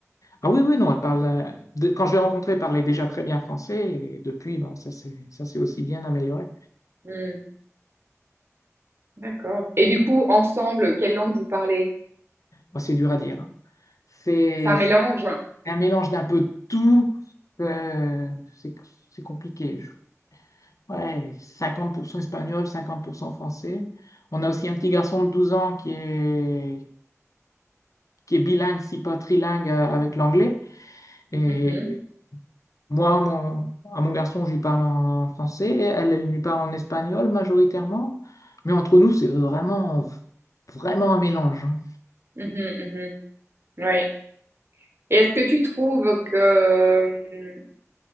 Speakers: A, on the left; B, on the right.
A: Ah oui, oui, non, elle parle, euh, de- quand je l'ai rencontrée, elle parlait déjà très bien français, et depuis, ben, ça s'est ça s'est aussi bien amélioré.
B: Hmm, d'accord. Et du coup, ensemble, quelle langue vous parlez?
A: Bon, c'est dur à dire. hein. C'est
B: C'est un mélange?
A: un mélange d'un peu de tout. euh, c'est c'est compliqué. Je- Ouais, 50% espagnol, 50% français. On a aussi un petit garçon de 12 ans qui est, qui est bilingue, si pas trilingue euh, avec l'anglais. Et
B: Mhm,
A: moi, mon- à mon garçon, je lui parle en français. et Elle, elle lui parle en espagnol majoritairement. Mais entre nous, c'est vraiment, vraiment un mélange. hein.
B: mhm, mhm. Ouais. Et est-ce que tu trouves que euh,